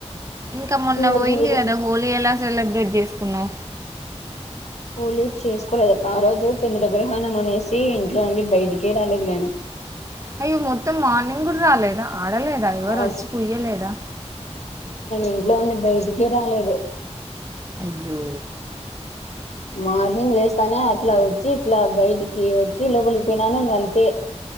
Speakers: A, on the right; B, on the left.
A: ఇంకా మొన్న
B: మరి
A: పోయింది
B: మీరు
A: కదా హోలీ ఎలా సెలబ్రేట్ చేసుకున్నారు
B: హోలీ చేసుకోలేదు అక్క ఆ రోజు చంద్రగ్రహణం అనేసి ఇంట్లో నుండి బయటికే రాలేదు నేను
A: అయ్యో మొత్తం మార్నింగ్ కూడా రాలేదా ఆడలేదా ఎవరు
B: అస్
A: వచ్చి పుయ్యలేదా
B: ఇంట్లోండి బయటికే రాలేదు
A: అయ్యో
B: మార్నింగ్ లెస్ తనే అట్లా వచ్చి ఇట్లా బయటికి వచ్చి లోపలికి పోయినాను ఇంగ అంతే